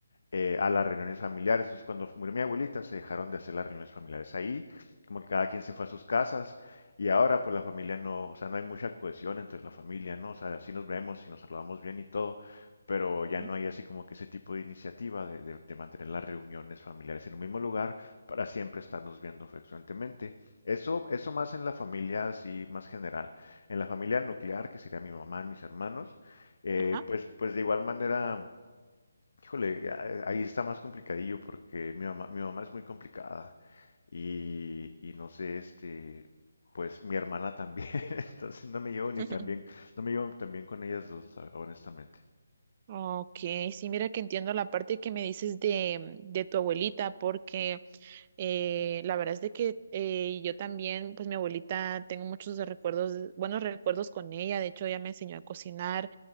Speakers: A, on the left; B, on the right.
A: eh, a las reuniones familiares. Entonces, cuando murió mi abuelita, se dejaron de hacer las reuniones familiares ahí, como que cada quien se fue a sus casas y ahora pues la familia no, o sea, no hay mucha cohesión entre la familia, ¿no? O sea, sí nos vemos y nos saludamos bien y todo, pero ya
B: Ujú.
A: no hay así como que ese tipo de iniciativa de, de- de mantener las reuniones familiares en un mismo lugar para siempre estarnos viendo frecuentemente. Eso, eso más en la familia así más general. En la familia nuclear, que sería mi mamá y mis hermanos, eh,
B: Ajá.
A: pues, pues de igual manera Híjole, a- ahí está más complicadillo porque mi mamá, mi mamá es muy complicada y, y no sé, este, pues mi hermana también, <laughs> entonces no me llevo ni
B: <laughs>
A: tan bien, no me llevo tan bien con ellas dos, la- honestamente.
B: Ok, sí, mira que entiendo la parte que me dices de, de tu abuelita, porque eh, la verdad es de que eh, yo también, pues mi abuelita, tengo muchos de recuerdos, buenos recuerdos con ella, de hecho ella me enseñó a cocinar,